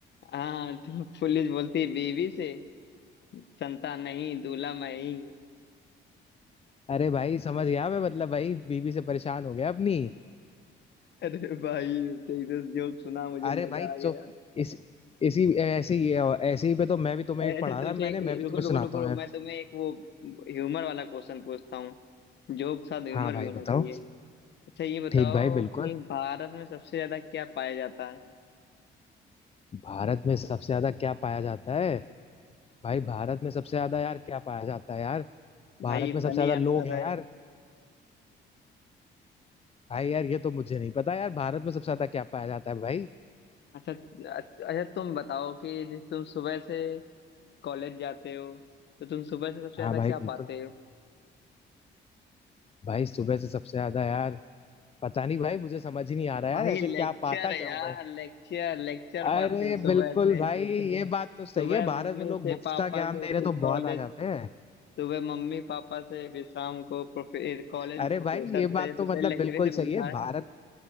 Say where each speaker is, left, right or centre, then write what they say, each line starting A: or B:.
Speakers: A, on the left; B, on the left.
A: हाँ, तो पुलिस बोलती है बीवी से संता नहीं दूल्हा मैं ही हूँ
B: अरे भाई समझ गया मैं मतलब भाई बीबी से परेशान हो गया अपनी
A: अरे भाई सही से जो सुना मुझे
B: अरे
A: मजा
B: भाई
A: आ गया
B: तो इस इसी ऐसे ही ऐसे ही पे तो मैं भी तुम्हें
A: अरे
B: एक
A: अच्छा
B: पढ़ा
A: तुमसे
B: था मैंने मैं
A: ए-
B: भी
A: रुको
B: तुम्हें
A: रुको
B: सुनाता
A: रुको रुको,
B: हूँ यार
A: मैं तुम्हें एक वो ह्यूमर वाला क्वेश्चन पूछता हूँ जोक के साथ ह्यूमर
B: हाँ भाई
A: भी होना
B: बताओ
A: चाहिए अच्छा ये बताओ
B: ठीक भाई बिल्कुल
A: कि भारत में सबसे ज्यादा क्या पाया जाता है
B: भारत में सबसे ज्यादा क्या पाया जाता है भाई भारत में सबसे ज्यादा यार क्या पाया जाता है यार भारत
A: भाई
B: में सबसे
A: फनी
B: ज्यादा लोग
A: आंसर
B: हैं
A: है
B: यार भाई यार ये तो मुझे नहीं पता यार भारत में सबसे ज्यादा क्या पाया जाता है भाई
A: अच्छा अच्छा तुम बताओ कि जि- तुम सुबह से कॉलेज जाते हो तो तुम सुबह से सबसे ज्यादा
B: हाँ भाई
A: क्या
B: बिल्कुल
A: पाते हो
B: भाई सुबह से सबसे ज्यादा यार पता नहीं भाई मुझे समझ ही नहीं आ रहा
A: भाई
B: यार ऐसे
A: लेक्चर
B: क्या पाता क्या
A: यार
B: हूँ भाई
A: लेक्चर लेक्चर
B: अरे
A: पाते हो सुबह
B: बिल्कुल
A: से
B: भाई ये बात तो सही
A: सुबह
B: है
A: मम्मी
B: भारत में लोग
A: से
B: मुफ्त
A: पापा
B: का ज्ञान
A: से
B: दे रहे
A: फिर
B: तो
A: कॉलेज
B: बहुत आ जाते हैं
A: सुबह मम्मी पापा से फिर शाम को प्रोफे कॉलेज
B: अरे
A: में प्रोफेसर
B: भाई ये
A: से
B: बात तो
A: तो सही
B: मतलब
A: लेक्चर
B: बिल्कुल
A: ही तो
B: सही
A: मिलता
B: है
A: है
B: भारत